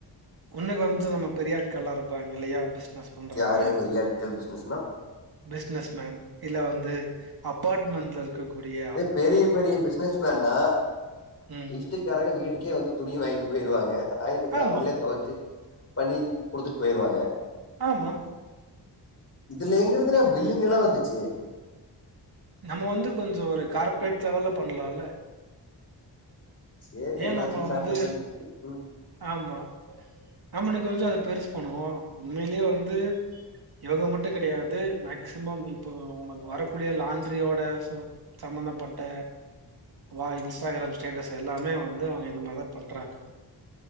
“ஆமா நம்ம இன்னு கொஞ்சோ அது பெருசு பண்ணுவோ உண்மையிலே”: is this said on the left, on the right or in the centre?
Right